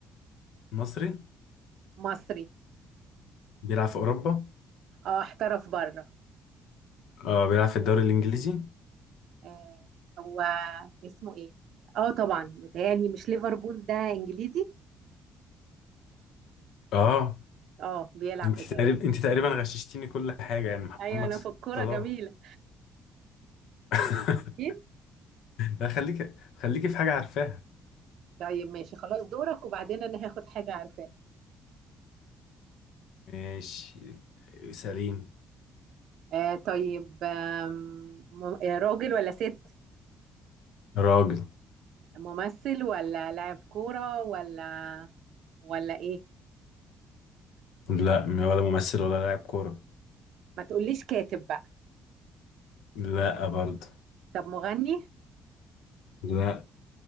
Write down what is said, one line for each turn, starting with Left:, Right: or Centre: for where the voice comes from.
Left: مصري
Right: مصري
Left: بيلعب في اوروبا
Right: اه احترف بره
Left: اه بيلعب في الدوري الانجليزي
Right: آه هو اسمه ايه اه طبعا متهيألي مش ليفربول ده انجليزي
Left: اه
Right: اه بيلعب
Left: انت
Right: في
Left: تقريبا
Right: الدوري
Left: انت تقريبا غششتيني كل حاجة يعني
Right: ايوه
Left: محمد
Right: انا في الكوره
Left: صلاح
Right: جميله
Left: <laughs>
Right: اكيد
Left: لا خليك خليكي في حاجة عارفاها
Right: طيب ماشي خلاص دورك وبعدين انا هاخد حاجه عارفاها
Left: ماشي سليم
Right: آه طيب آم، م- آه، راجل ولا ست
Left: راجل
Right: ممثل ولا لاعب كورة ولا ولا ايه
Left: لا م- ولا ممثل ولا لاعب كورة
Right: ما تقوليش كاتب بقى
Left: لا برضه
Right: طب مغني
Left: لا